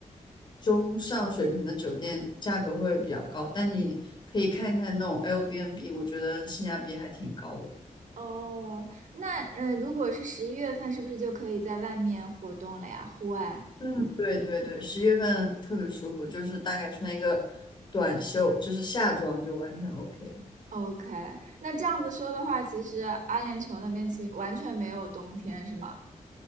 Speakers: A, on the left (about 35°); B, on the right (about 75°).
A: 中上水平的酒店，价格会比较高，但你可以看看那种 Airbnb，我觉得性价比还挺高的。
B: 哦，那嗯，呃如果是十一月份，是不是就可以在外面活动了呀？户外
A: 嗯，对对对，十一月份特别舒服，就是大概穿一个短袖，就是夏装就完全 OK。
B: ？OK，那这样子说的话，其实阿联酋那边其实完全没有冬天，是吗？